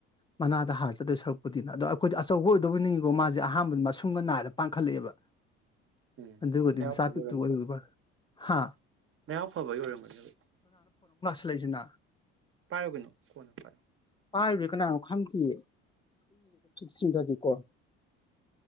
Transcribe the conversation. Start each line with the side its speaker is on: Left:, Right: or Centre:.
Left: ꯃꯅꯥꯗ ꯍꯥꯔ ꯆꯗꯣꯏ ꯁꯔꯛꯄꯗꯨꯅ ꯑꯗꯣ ꯑꯩꯈꯣꯏꯗ ꯑꯆꯧꯕ ꯑꯣꯏꯗꯧꯕꯅꯤꯉꯀꯣ ꯃꯥꯁꯦ ꯑꯍꯥꯟꯕꯗ ꯃꯁꯨꯡꯒ ꯅꯥꯏꯒ ꯄꯥꯡꯈꯠꯂꯛꯑꯦꯕ
Right: ꯎꯝ
Left: ꯑꯗꯨꯒꯗꯤ
Right: ꯂꯩꯍꯥꯎ
Left: ꯃꯆꯥ
Right: ꯑꯣꯏꯔꯝꯒꯅꯤ
Left: ꯄꯤꯛꯇ꯭ꯔꯨ ꯑꯣꯏꯕ ꯍꯥ
Right: ꯉꯎꯐꯕꯒꯤ ꯑꯣꯏꯔꯝꯒꯅꯦꯕ
Left: ꯂꯩꯖꯅꯥ
Right: ꯄꯔꯣ ꯀꯩꯅꯣ ꯀꯣꯅ ꯄꯣ
Left: ꯄꯥꯏꯔꯔꯣꯏ ꯀꯅꯥꯅꯣ ꯈꯪꯗꯦꯌꯦ ꯆꯤꯡꯗꯗꯤ ꯀꯣ